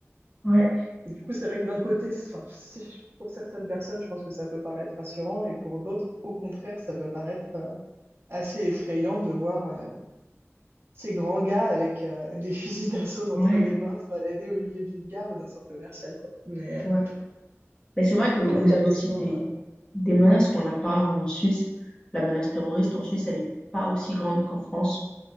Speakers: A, on the left; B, on the right.
A: Ouais,
B: Et du coup, c'est vrai que d'un côté, enfin, pour certaines personnes, je pense que ça peut paraître rassurant, et pour d'autres, au contraire, ça peut paraître euh, assez effrayant de voir euh, ces grands gars avec euh, des fusils d'assaut
A: ouais.
B: entre les mains se balader au milieu d'une gare ou d'un centre commercial, quoi. Mais
A: Ouais.
B: euh,
A: Mais c'est vrai que
B: c'est
A: vous
B: vrai que la
A: avez
B: question,
A: aussi des,
B: euh,
A: des menaces qu'on n'a pas en Suisse. La menace terroriste en Suisse, elle n'est pas aussi grande qu'en France.